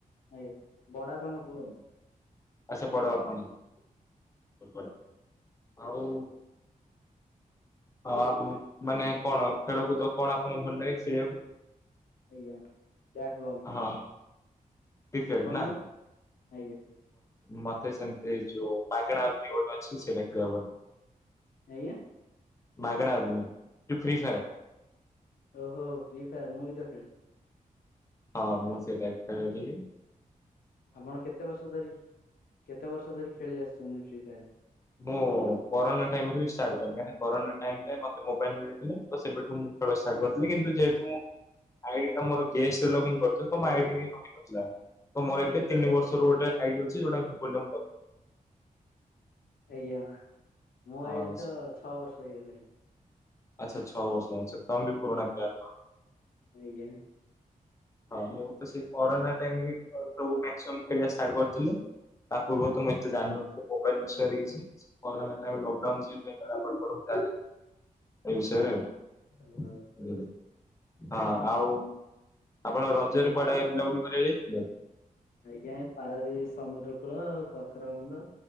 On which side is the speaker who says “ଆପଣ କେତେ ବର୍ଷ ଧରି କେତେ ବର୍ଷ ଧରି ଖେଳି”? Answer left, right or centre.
Left